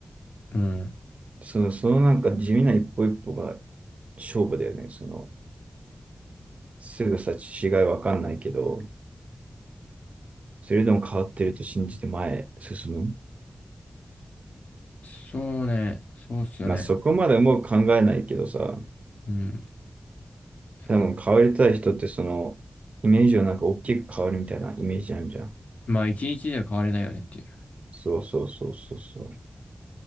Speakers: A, on the left; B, on the right.
A: う。うん。
B: その、そのなんか地味な一歩一歩が勝負だよね。その、すぐさ違いわかんないけど、それでも変わってると信じて前へ進む。
A: そうね。そうっすよね。
B: まあそこまでもう考えないけどさ、
A: うん。その、
B: 多分変わりたい人ってその、イメージをなんか大きく変わるみたいなイメージあるじゃん。
A: まあ、一日では変われないよねってい
B: そうそうそうそうそ